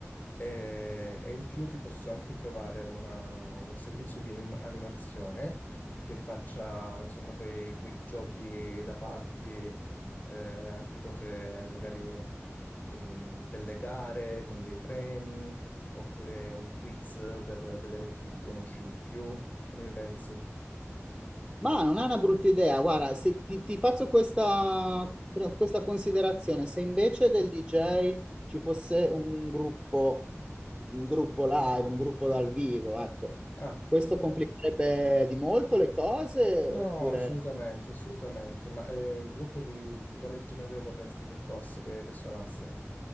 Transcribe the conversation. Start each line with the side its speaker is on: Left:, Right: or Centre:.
Left: e, e in più ti posso anche trovare una- uno servizio di anim- animazione che faccia insomma quei, quei giochi da party, eh, anche cose magari mh, delle gare con dei premi Oppure un quiz per vedere chi ti conosce di più? Che ne pensi?
Centre: Ma non è una brutta idea, guarda, se ti, ti faccio questa, questa considerazione, se invece del DJ ci fosse un gruppo, un gruppo live, un gruppo dal vivo, ecco,
Left: Ah,
Centre: questo complicherebbe di molto le cose
Left: no,
Centre: oppure...
Left: assolutamente, assolutamente. Ma eh, il gruppo di, di quale genere vorresti che fosse, che, che suonasse?